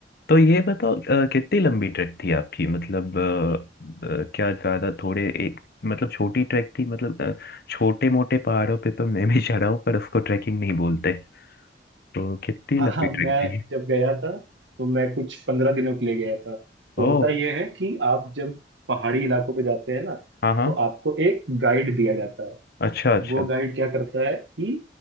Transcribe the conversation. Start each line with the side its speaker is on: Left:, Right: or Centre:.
Left: तो ये बताओ अ, कितनी लंबी ट्रैक थी आपकी मतलब अ, अ, क्या ज्यादा थोड़े एक मतलब छोटी ट्रैक थी मतलब अ, छोटे मोटे पहाड़ों पे तो मैं भी चढ़ा हूँ पर उसको ट्रैकिंग नहीं बोलते तो कितनी
Right: हाँ
Left: लंबी
Right: हाँ मैं
Left: ट्रैक थी
Right: जब गया था तो मैं कुछ पंद्रह दिनों के लिए गया था
Left: ओ
Right: होता यह है कि आप जब पहाड़ी इलाकों पे जाते हैं ना
Left: हाँ हाँ
Right: तो आपको एक गाइड दिया जाता है
Left: अच्छा अच्छा
Right: वो गाइड क्या करता है कि